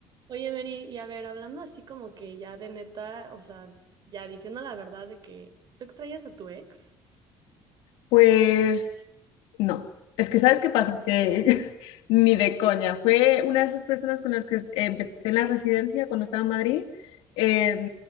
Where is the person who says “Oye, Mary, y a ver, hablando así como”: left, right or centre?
Right